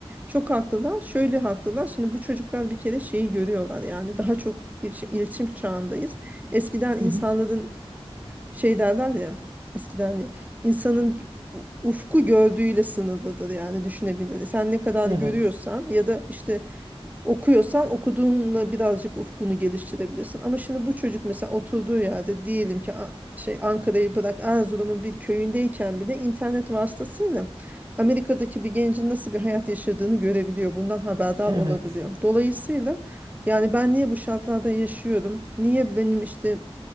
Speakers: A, on the right; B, on the right.
A: Çok haklılar. Şöyle haklılar. Şimdi bu çocuklar bir kere şeyi görüyorlar. Yani daha çok iletişim, iletişim çağındayız. Eskiden insanların
B: Hı hı.
A: şey derler ya. Eskiden değil, insanın u- ufku gördüğüyle sınırlıdır yani düşünebilir. Sen ne kadar
B: Evet,
A: görüyorsan ya da işte okuyorsan okuduğunla birazcık ufkunu geliştirebilirsin. Ama şimdi bu çocuk mesela oturduğu yerde diyelim ki A- şey Ankara'yı bırak Erzurum'un bir köyündeyken bile internet vasıtasıyla Amerika'daki bir gencin nasıl bir hayat yaşadığını görebiliyor. Bundan haberdar
B: evet,
A: olabiliyor. Dolayısıyla yani ben niye bu şartlarda yaşıyorum? Niye benim işte